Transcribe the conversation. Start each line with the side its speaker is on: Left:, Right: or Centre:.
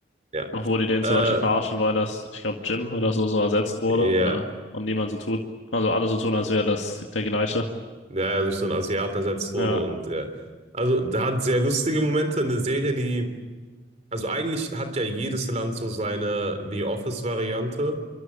Right: ja.
Left: Auch wo die den
Right: Äh,
Left: zum Beispiel verarschen wollen, dass ich glaube Jim oder so so ersetzt wurde
Right: ja,
Left: oder und niemand so tut, also alle so tun, als wäre das der gleiche.
Right: der ja durch so einen Asiaten ersetzt wurde
Left: Ja,
Right: und ja. Also, da hat sehr lustige Momente. Eine Serie, die, also eigentlich hat ja jedes Land so seine The Office-Variante.